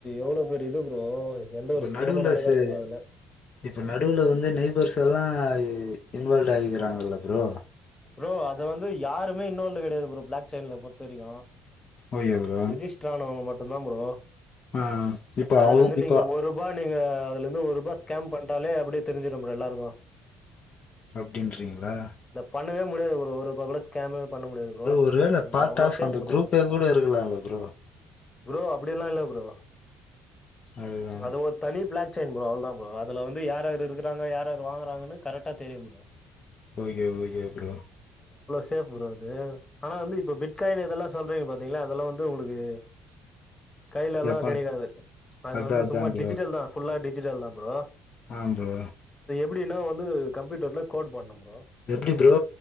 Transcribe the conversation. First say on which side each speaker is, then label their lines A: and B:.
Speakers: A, on the left (about 25°); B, on the left (about 50°).
A: எவ்ளோ பெரிய இது ப்ரோ எந்த
B: இப்ப
A: ஒரு ஸ்கேமும்
B: நடுவுல
A: நடக்காது
B: சே
A: ப்ரோ அதுல.
B: இப்ப நடுவுல வந்து நெய்பர்ஸ் எல்லா இன்வால்வ் ஆய்டுகிறாங்கல்ல ப்ரோ
A: ப்ரோ அது வந்து யாரு மேன்னோன்டு கெடையாது ப்ரோ ப்ளாக் செயின்ல பொறுத்தவரைக்கூ
B: ஓகே ப்ரோ
A: ரிஜிஸ்டர் ஆனவங்க மட் என்னா ப்ரோ
B: ஆ இப்ப
A: அதுலருந்து
B: அவ் இப்ப
A: நீங்க ஒரு ரூபா நீங்க இங்கேந்து ஒரூபா ஸ்கேம் பண்ட்டாலே அப்டி தெரிஞ்சிடூ ப்ரோ எல்லாருக்கூ
B: அப்டின்றீங்ளா
A: பண்ணவே முடியாது ஒரு ஒரூபா கூட ஸ்கேமு பண்ண முடியாது ப்ரோ
B: ஒருவேள
A: நீங்க
B: பார்ட்
A: அவ்ளோ
B: ஆஃப்
A: சேஃப்
B: அந்த
A: ப்ரோ
B: குரூப்பே
A: அது
B: கூட இருக்கலாம்ல ப்ரோ
A: ப்ரோ அப்டியல்லால்ல ப்ரோ
B: அதுதா
A: அது ஒரு தனி பிளாக் சன் ப்ரோ அவ்ளதா ப்ரோ அது வந்து யாரார் இருக்கா யாரார் வாங்கறாங்கன்னு கரெக்டா தெரியூ ப்ரோ
B: ஓகே ஓகே ப்ரோ
A: தேவ் ப்ரோ அது ஆனா வந்து இப்ப பிட்காயின் இதெல்லா சொல்றீங்க பாத்தீங்ளா அதெல்லா வந்து உங்ளுக்கு கையில எல்லா
B: எப்ப
A: கெடைக்காது அது
B: அதா
A: வந்து
B: அதா
A: சும்மா
B: ப்ரோ
A: டிஜிட்டல் தா ஃபுல்லா டி ஜிட்டல் தா ப்ரோ
B: ஆ ப்ரோ
A: ப்டினா வந்து கம்ப்யூட்டர்ல கோட் பண்ணோம
B: எப்டி ப்ரோ